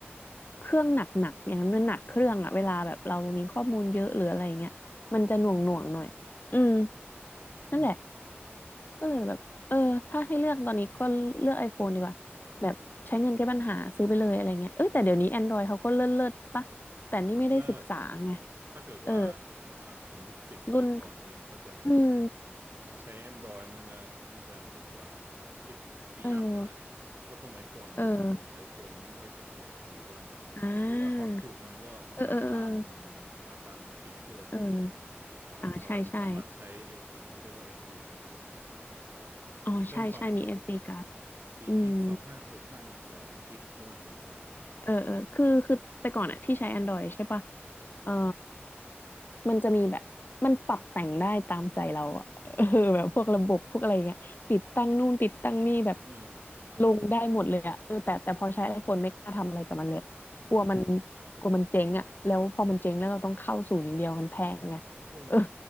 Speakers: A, on the left; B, on the right.
A: เครื่องหนักๆอย่างนั้นมันหนักเครื่องอะเวลาแบบเรามีข้อมูลเยอะหรืออะไรอย่างเงี้ยมันจะหน่วงๆหน่อย
B: อืม <clears throat>
A: อืม
B: อืม
A: นั่นแหละ ก็เลยแบบ เออถ้าให้เลือกตอนนี้ก็เลือก iPhone ดีกว่าแบบใช้เงินแก้ปัญหาซื้อไปเลยอะไรเงี้ยเอ้ยแต่เดี๋ยวนี้ Android เขาก็เลิศๆปะแต่นี่ไม่ได้ศึกษาไง
B: เลิกถ้าเกิดว่า
A: เออ
B: อ่าสมมุติสิบปีก่อนเนี่ยก็จะแบบ
A: รุ่นอืม
B: ใช้ Android น่าจะน่าจะนี่กว่าเพราะสิบสิบปีอัพเลยนะเพราะสมัยก่อนมัน
A: เออเออ
B: iPhone ไม่ค่อยเสถียรบ้างหรือว่า
A: อ่
B: หรือว่าความจุมันก็มาตาม
A: าเออเออเออ
B: มาตามกิกที่เราซื้ออย่างเงี้ยแต่ว่า
A: เอออ่าใช่ใช่
B: Android มันสามารถใช้ไอ้สิ่งที่เรียกว่า SD card ที่แบบ
A: อ๋อใช่ใช่มี
B: เพิ่มความจุ
A: SD card
B: 6 4กิก2
A: อืม
B: 5 6 5 1 2กสิบห้าหนึ่งสองกกว่ากันไป
A: เออเออคือคือแต่ก่อนอะที่ใช้
B: นะครับ
A: Android ใช่ปะเออมันจะมีแบบมันปรับแต่งได้ตามใจเราอะ <laughs> เออแบบพวกระบบพวกอะไรอย่างเงี้ยติดตั้งนู่นติดตั้งนี่แบบ
B: อ่า
A: ลงได้หมดเลยอะเออแต่แต่พอใช้ iPhone ไม่กล้าทำอะไรกับมันเลยกลัวมันกลัวมันเจ๊งอะแล้วพอมันเจ๊งแล้วเราต้องเข้าศูนย์อย่างเดียวมันแพงไง
B: ืเออ
A: <laughs> เออ